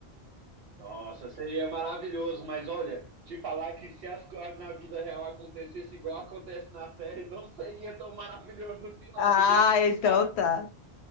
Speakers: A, on the right; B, on the left.
A: Nossa, seria maravilhoso, mas olha, te falar que se as, co- na vida real acontecesse igual acontece na série, não seria tão maravilhoso assim, não,
B: Ah,
A: viu?
B: então
A: Cara,
B: tá.